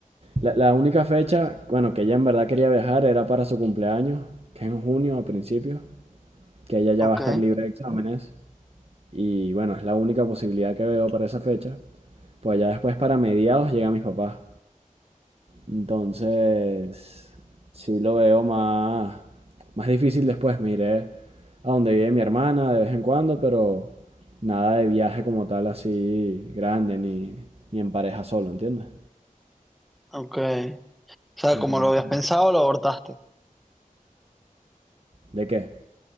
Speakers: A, on the right; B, in the centre.
A: La, la única fecha, bueno, que ella en verdad quería viajar era para su cumpleaños, que es en junio a principios, que ella ya
B: Ok,
A: va a estar libre de exámenes. Y bueno, es la única posibilidad que veo para esa fecha. Pues ya después para mediados llega mis papás. Entonces, sí lo veo más, más difícil después. Me iré a donde vive mi hermana de vez en cuando, pero nada de viaje como tal así grande, ni, ni en pareja solo, ¿entiendes?
B: ok. O sea,
A: Entonces,
B: como lo habías pensado, lo abortaste.
A: ¿de qué?